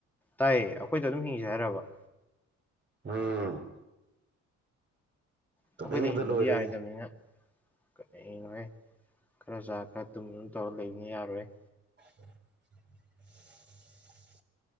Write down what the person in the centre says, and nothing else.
ꯇꯥꯏꯌꯦ ꯑꯩꯈꯣꯏꯗ ꯑꯗꯨꯝ ꯍꯤꯡꯁꯦ ꯍꯥꯏꯔꯕ
ꯑꯩꯈꯣꯏꯗ ꯍꯤꯡꯕꯗꯤ
ꯌꯥꯔ‌ꯣꯗꯕꯅꯤꯅ ꯀꯔꯤꯅꯣ ꯍ‌ꯦ ꯈꯔ ꯆ ꯈꯔ ꯇꯨꯝ ꯇꯧꯔꯒ ꯂꯩꯕꯅꯤ ꯌꯥꯔꯣꯏ ꯍ‌ꯦ